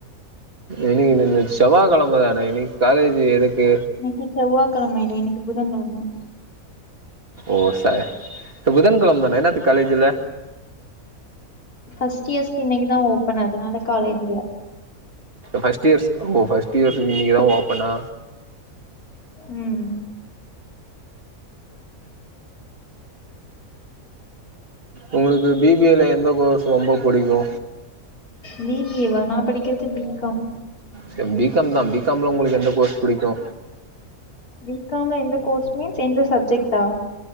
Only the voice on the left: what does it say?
இன்னக்கி செவ்வா கெழம இல்ல இன்னக்கி புதன் கெழம
ஃபர்ஸ்ட் இயர்ஸ்க்கு இன்னக்கு தா ஓபன் அதுனால காலேஜ் இல்ல
ம்
பி பி எ வா நா படிக்கறது பி காம்
பி காம் ல எந்த கோர்ஸ் மீன்ஸ் எந்த சப்ஜெக்டா